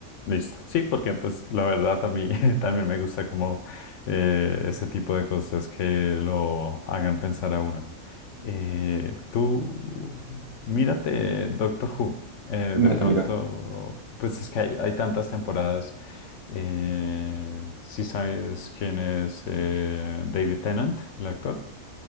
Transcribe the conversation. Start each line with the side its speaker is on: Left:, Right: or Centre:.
Left: Listo. Sí, porque pues la verdad a mí <laughs> también me gusta como eh, ese tipo de cosas que lo hagan pensar a uno. Eh, tú, mírate Doctor Who. Eh,
Right: Me
Left: de pronto,
Right: la miro.
Left: pues es que hay, hay tantas temporadas. Eh, si sabes quién es eh, David Tennant, el actor,